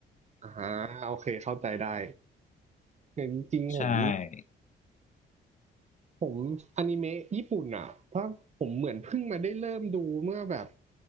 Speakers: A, on the right; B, on the left.
A: อ่าฮะโอเค เข้าใจได้แต่จริงๆผม
B: ใช่
A: ผมอนิเมะญี่ปุ่นอ่ะเพราะผมเหมือนเพิ่งมาได้เริ่มดูเมื่อแบบ